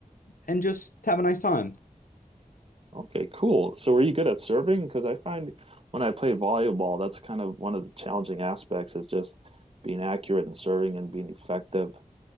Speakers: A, on the left; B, on the right.
A: and just have a nice time.
B: Okay, cool. So were you good at serving? Because I find when I play volleyball, that's kind of one of the challenging aspects is just being accurate and serving and being effective.